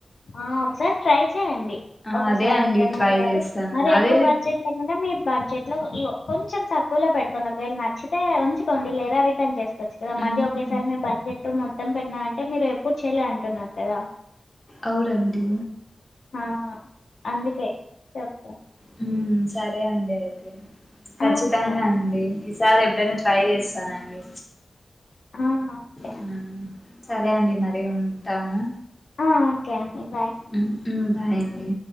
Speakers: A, on the left; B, on the left.
A: ఆ ఒకసారి ట్రై చేయండి
B: ఆ
A: ఒకసారి
B: అదే అండి
A: ఎప్పుడన్నా
B: ట్రై
A: మీరు అతే
B: చేస్తాను
A: మరి ఎక్కువ
B: అదే రి
A: బడ్జెట్ లేకుండా మీ బడ్జెట్ లో కొంచెం తక్కువలో పెట్టుకోండి ఒకవేళ నచ్చితే ఉంచుకోండి లేదా రిటర్న్ చేసుకోడి చ్చు కదా మళ్
B: మ్మ్
A: ఒకేసారి మీరు బడ్జెట్ మొత్తం పెట్టినా అంటే మీరు ఎప్పుడు చేయాలే అంటున్నారు కదా
B: అవునండి
A: ఆహా అందుకే చెప్తాను
B: హ్మ్ సరే అండి అయితే ఖచ్చితంగా
A: ఆ సరే
B: అండి ఈసారి ఎప్పుడైనా ట్రై చేస్తానండి
A: ఆ ఓకే
B: మ్మ్ సరే అండి మరి ఉంటాము
A: ఆ ఓకే అండి బాయ్
B: హ హుమ్మ్ బాయ్ అండి